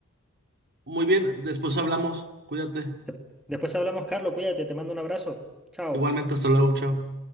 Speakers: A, on the right (about 50°); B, in the centre.
A: Muy bien, después hablamos, cuídate.
B: De- Después hablamos, Carlos, cuídate, te mando un abrazo. Chao.
A: Igualmente, hasta luego, chao.